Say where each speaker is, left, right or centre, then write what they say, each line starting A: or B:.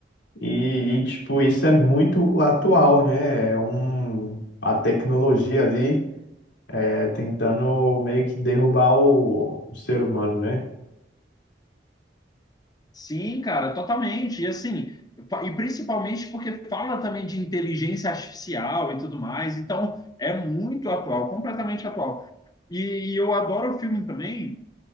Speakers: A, on the left; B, on the left.
A: E, e, tipo, isso é muito atual, né? É um, a tecnologia ali é tentando meio que derrubar o, o ser humano, né?
B: Sim, cara, totalmente. E assim, fa- e principalmente porque fala também de inteligência artificial e tudo mais, então é muito atual, completamente atual. E, e eu adoro o filme também